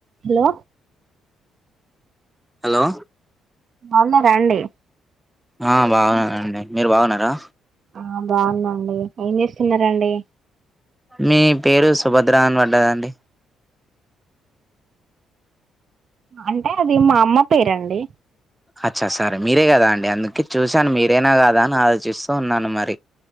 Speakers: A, on the right; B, in the centre.
A: హలో
B: హలో
A: బావుగున్నారా అండి
B: ఆ బాగున్నండి మీరు బాగున్నారా
A: ఆ బాగుందండి ఏం చేస్తున్నారండి
B: మీ పేరు సుభద్రా అని పడ్డదండి
A: అంటే అది మా అమ్మ పేరండి
B: అచ్చ సరే మీరే కదా అండి అందుకే చూశాను మీరేనా కదా అని ఆలోచిస్తూ ఉన్నాను మరి